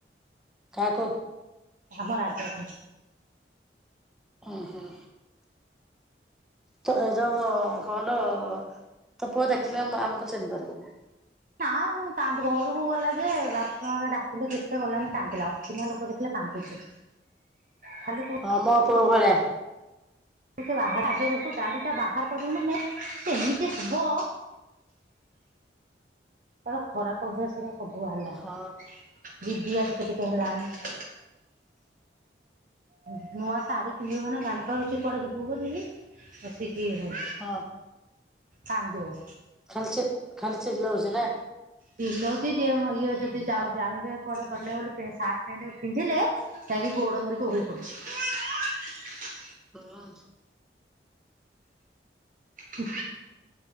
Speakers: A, in the centre; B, on the right.
A: କାହାକୁ
B: ଆମ ରାଜାକୁ।
A: ଅଁ, ହଁ। ତ ଏ ଯୋଉ ଅ, କହଲ ତୋ ପୁଅ ଦେଖିଲେ ଆମ ଆମକୁ ଚିହ୍ନି ପାରିବନି।
B: ତା କାନ୍ଧରୁ କୁ ଗଲା ଯେ ବାପୁ ମାମା ଡାକିଲେ କେତେ ଗଲାନି କାନ୍ଦିଲା। ଅଚିହ୍ନା ଲୋକ ଦେଖିଲେ କାନ୍ଦୁଛି। ଖାଲି
A: ହଁ ମୋ ପୁଅ ଘରେ।
B: ଓ ଷେ ବାହା ପାଚରେ ବସି ଗାଡି ଟା ବାହାର କରିବୁ ମାନେ ସେ ଏମିତି ହବ ତୋମ ଖରା ପନ୍ଧ ସିରେ ସବୁ ବାହାରି ଲାଣି,
A: ହଁ
B: ଯି ଦିଆ ଟିକେ ଟିକେ ହେଲାଣି। ହୁଁ, ନୂଆ ଶାଢୀ ପିନ୍ଧିବୁ ମାନେ ଜାଣି ପାରୁଚି କୁଆଡେ ଯିବୁ ବୋଲି। <unintelligible> ଥି ହଉ
A: ହଁ
B: କାନ୍ଦିବ।
A: ଖାଲି ଚେ ଖାଲି ଚିଲେଇବ ସିଏ ନା।
B: ଚିଲଉଚି ଯେ ମୋ ଇଏ ଯଦି ଯାଉ ଜାଣେ ଯେ କୁଆଡେ ଗଲେ ବୋଲି ପେ ସାର୍ଟ ପେଣ୍ଟ କୁ ପିନ୍ଧିଲେ ତାରି ଗୋଡ଼ ଧରିକି ଓହଳି ପଡ଼ିଛି।
A: ହଁ।
B: ହ